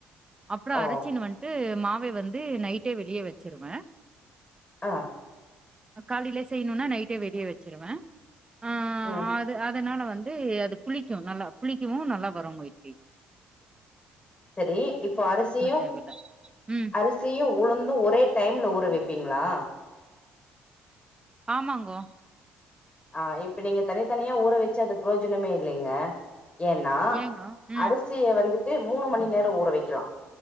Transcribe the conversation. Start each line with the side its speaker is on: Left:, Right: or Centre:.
Right: அப்புற
Left: ஓ
Right: அரைச்சின்னு வன்ட்டு மாவை வந்து நைட்டே வெளியே வச்சிருவேன்
Left: ஆஹ்
Right: காலேயிலே செய்யணும்னா நைட்டே வெளியே வச்சிருவேன் ஆஹ்
Left: ம்
Right: அது அதனால வந் வந்து அது புளிக்கும் நல்லா புளிக்கவும் நல்லா வரும்ங் கீ
Left: சரி இப்போ அரிசியும்
Right: தேவல்ல ம்
Left: அரிசியும் உளுந்தும் ஒரே டைம்ல ஊற வைப்பீங்ளா
Right: ஆமாங்கோ
Left: ஆஹ் இப்ப நீங்க தனித்தனியா ஊற வச்சு அது புரோஜனமே இல்லைங்க ஏன்னா
Right: ஏங்கோ ம்
Left: அரிசிய வந்து டு மூணு மணி நேர ஊற வைக்கலாம்